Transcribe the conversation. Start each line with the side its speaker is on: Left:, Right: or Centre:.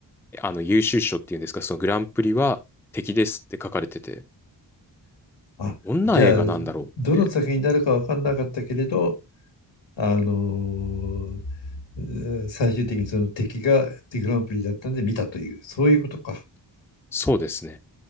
Centre: あの優秀賞っていうんですか、そのグランプリは敵ですって書かれてて、
Left: あ、
Centre: どんな映画なんだろうって、
Left: じゃあ、どの作品になるか分かんなかったけれど、あのーえー最終的にその敵がデグランプリだったんで見たという、そういうことか。
Centre: そうですね。